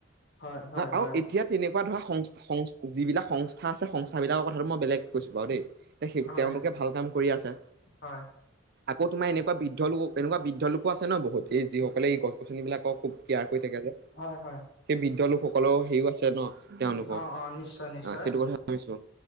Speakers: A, on the left (about 55°); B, on the right (about 50°).
A: হয় হয় হয়
B: আৰু এতিয়া তেনেকুৱা ধৰা সং <unintelligible> যিবিলাক সংস্থা আছে সংস্থাবলাকৰ কথাটো মই বেলেগ কৈছো বাৰু দেই এেই
A: হয়
B: তেওঁলোকে ভাল কাম কৰি আছে।
A: হয়
B: আকৌ তোমাৰ এনেকুৱা বৃদ্ধ লোক এনেকুৱা বৃদ্ধ লোকো আছে ন বহুত এই যিসকলে গছ গছনি বিলাক খুব কেয়াৰ কৰি থাকে যে
A: হয় হয়
B: সেই বৃদ্ধ লোকসকলৰও হেৰিও আছে ন তেওঁলোকৰ
A: অ অ নিশ্চয় নিশ্চয়
B: আহ সেইটো কথা ভাবিছো